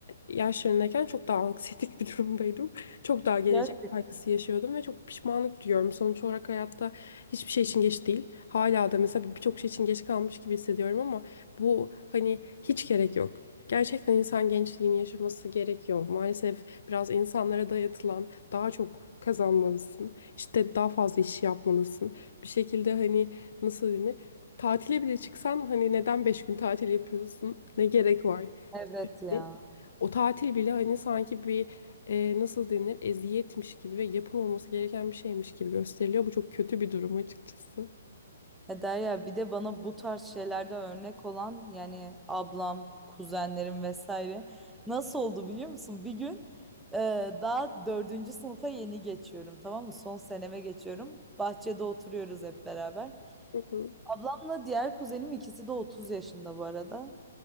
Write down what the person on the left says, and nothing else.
yaşlarındayken çok daha <laughs> anksiyetik bir durumdaydım. Çok daha gelecek
kaygısı yaşıyordum ve çok pişmanlık duyuyorum. Sonuç olarak hayatta hiçbir şey için geç değil. Hala da mesela birçok şey için geç kalmış gibi hissediyorum ama bu hani hiç gerek yok. Gerçekten insan gençliğini yaşaması gerekiyor. Maalesef biraz insanlara dayatılan daha çok kazanmalısın. işte daha fazla iş yapmalısın. Bir şekilde hani nasıl denir? Tatile bile çıksan hani neden beş gün tatil yapıyorsun? Ne gerek var?
Hani o tatil bile hani sanki bir e, nasıl denir? Eziyetmiş gibi ve yapılmaması gereken bir şeymiş gibi gösteriliyor. Bu çok kötü bir durum açıkçası.
Hı hı.